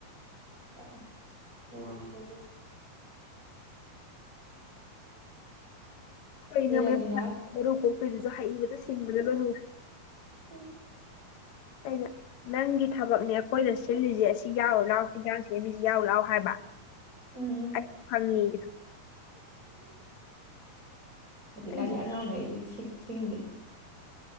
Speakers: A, on the right; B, on the left.
A: <inaudible>
B: ꯈꯣꯏꯅꯦ
A: ꯂꯩꯔꯕꯤꯅ
B: ꯃꯔ ꯀꯣꯛ ꯍꯩꯕꯗ ꯁꯤꯡꯕꯗ ꯂꯣꯏꯔꯨ
A: ꯑꯁ
B: ꯑꯗ ꯅꯪꯗ ꯊꯕꯛꯅꯦ ꯑꯩꯈꯣꯏꯗ ꯁꯤꯜꯂꯤꯁꯦ ꯁꯤ ꯌꯥꯎꯔ ꯂꯥꯛꯑꯣ ꯍꯦꯟꯖꯥꯡꯁꯦ ꯃꯤꯁꯤ ꯌꯥꯎꯔ ꯂꯥꯛꯑꯣ ꯍꯥꯏꯕ
A: ꯎꯝ
B: ꯑꯩ ꯍꯪꯉꯒꯤ
A: ꯍꯧꯖꯤꯛꯀꯥꯟꯒꯤ
B: ꯑꯩꯁꯨ
A: ꯑꯉꯥꯡꯈꯩꯒꯤ ꯁꯤꯡꯁꯦ